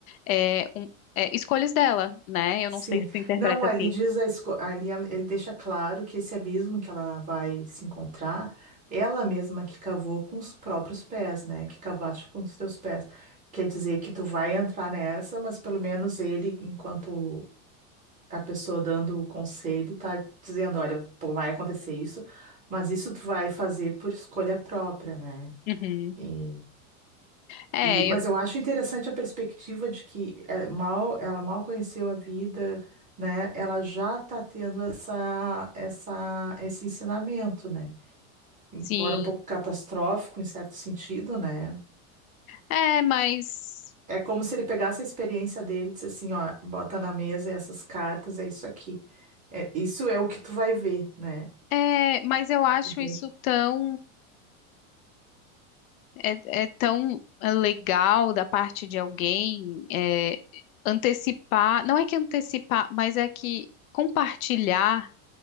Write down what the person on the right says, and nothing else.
Sim.
Não, ali
diz a esco... ali ela- ele deixa claro que esse abismo que ela vai se encontrar, ela mesma que cavou com os próprios pés, né? Que cavaste com os teus pés. Quer dizer que tu vai entrar nessa, mas pelo menos ele, enquanto a pessoa dando o conselho, tá dizendo, olha, pô, vai acontecer isso, mas isso tu vai fazer por escolha própria, né?
E,
e- mas
eu acho interessante a perspectiva de que é, mal, ela mal conheceu a vida, né? Ela já está tendo essa, essa, esse ensinamento, né? Embora
um pouco catastrófico em certo sentido, né?
É como se ele pegasse a experiência dele e disse assim, ó, bota na mesa essas cartas, é isso aqui. É, isso é o que tu vai ver, né?
Entende?